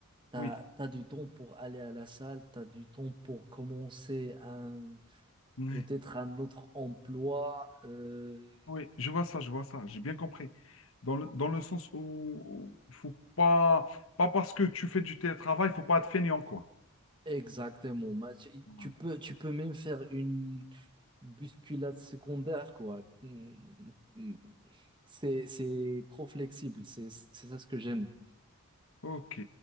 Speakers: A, on the right; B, on the left.
A: tu
B: Oui,
A: as, du temps pour aller à la salle, tu as du temps pour commencer un,
B: oui, Ouais.
A: peut-être un autre emploi. euh,
B: oui, je vois ça, je vois ça, j'ai bien compris. Dans le, dans le sens où il faut pas, pas parce que tu fais du télétravail, il faut pas être feignant quoi.
A: Exactement. bah, tu
B: Voilà.
A: tu peux, tu peux même faire une bousculade secondaire, quoi. Mm, mm. C'est, c'est trop flexible. C'est, c'est ça ce que j'aime.
B: Ok.